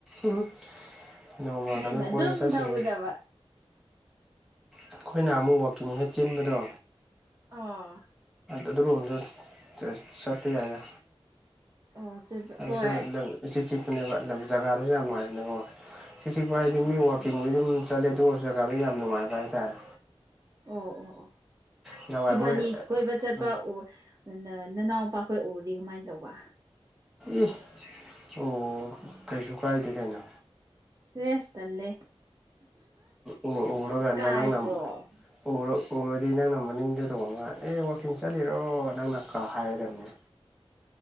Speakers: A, in the centre; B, on the right.
A: ꯎꯝ ꯅꯣꯡꯃ
B: ꯅꯪꯅ
A: ꯀꯩꯅꯣ ꯀꯣꯏꯕ
B: ꯑꯗꯨꯝ
A: ꯆꯠꯁꯤꯅꯦ
B: ꯊꯧꯒꯗꯕ
A: ꯑꯩꯈꯣꯏꯅ ꯑꯃꯨꯛ ꯋꯥꯛꯀꯤꯡ ꯍꯦꯛ ꯆꯦꯟꯕꯗꯣ
B: ꯑꯣ
A: ꯑꯗꯨꯒꯨꯝꯕꯁꯨ ꯆꯠꯄ ꯌꯥꯏꯗ
B: ꯑꯣ ꯆꯠꯄ
A: ꯑꯗꯨꯁꯨ
B: ꯍꯣꯏ
A: ꯏꯤꯛ ꯆꯤꯛꯄꯅꯦꯕ ꯖꯒꯥꯗꯨꯁꯨ ꯌꯥꯝ ꯉꯥꯏꯕꯅꯦꯀꯣ ꯆ ꯆꯤꯛꯄ ꯍꯥꯏꯗꯤ
B: ꯑꯣ
A: ꯃꯤ ꯋꯥꯋꯥꯛꯀꯤꯡꯕꯨꯒꯤ ꯑꯗꯨꯝ ꯆꯠꯂꯦ ꯑꯗꯨ ꯑꯣꯏꯔꯁꯨ ꯖꯒꯥꯗꯣ ꯌꯥꯝ ꯅꯨꯡꯉꯥꯏꯕ ꯍꯥꯏꯇꯥꯔꯦ
B: ꯑꯣ ꯑꯣ ꯑꯣ
A: ꯅꯍꯥꯟꯋꯥꯏ
B: ꯏꯕꯥꯅꯤ
A: ꯑꯩꯈꯣꯏ
B: ꯀꯣꯏꯕ ꯆꯠꯄ
A: ꯎꯝ
B: ꯅ ꯅꯅꯥꯎꯄꯥꯈꯣꯏ ꯎꯔꯨꯗꯤ ꯀꯃꯥꯏꯅ ꯇꯧꯕ
A: ꯏ ꯑꯣ ꯀꯩꯁꯨ ꯀꯥꯏꯗꯦ ꯀꯩꯅꯣ
B: ꯇꯨꯦꯁ ꯊꯂꯦ
A: ꯑꯣꯔꯒ
B: ꯏꯀꯥꯏꯗ꯭ꯔꯣ
A: ꯅꯪꯅ ꯎꯔ ꯎꯔꯗꯤ ꯅꯪꯅ ꯃꯅꯤꯡꯗ ꯇꯣꯡꯉꯒ ꯑꯦ ꯋꯥꯛꯀꯤꯡ ꯆꯠꯂꯤꯔꯣ ꯅꯪꯅ ꯀꯥ ꯍꯥꯏꯔꯗꯕꯅꯤ